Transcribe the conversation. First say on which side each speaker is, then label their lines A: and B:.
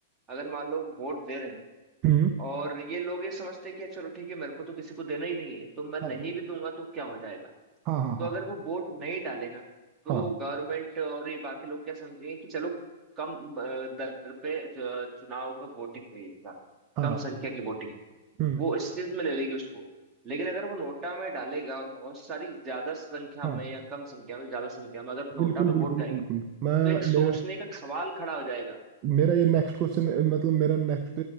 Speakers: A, on the right; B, on the right.
A: अगर मान लो वोट दे रहे हैं
B: हम्म
A: और ये लोग ये समझते हैं कि चलो ठीक है मेरे को तो किसी को देना ही नहीं है तो मैं नहीं
B: हाँ
A: भी दूंगा तो क्या हो जाएगा
B: हाँ हाँ हाँ
A: तो अगर वो वोट नहीं डालेगा तो
B: हाँ
A: गवर्नमेंट और ये बाकी लोग क्या समझेंगे कि चलो कम अ, दर पे च- चुनाव का वोटिंग हुई है इस बार
B: हाँ
A: कम संख्या की वोटिंग हुई
B: हम्म
A: वो इस चीज में ले लेगी उसको लेकिन अगर वो नोटा में डालेगा और बहुत सारी ज्यादा संख्या
B: हाँ
A: में या कम संख्या में ज्यादा संख्या में अगर
B: बिल्कुल
A: नोटा पे
B: बिल्कुल
A: वोट जाएंगे
B: बिल्कुल मैं
A: तो एक सोचने
B: मेरा
A: का सवाल खड़ा हो जाएगा
B: मेरा ये नेक्स्ट क्वेश्चन मतलब मेरा नेक्स्ट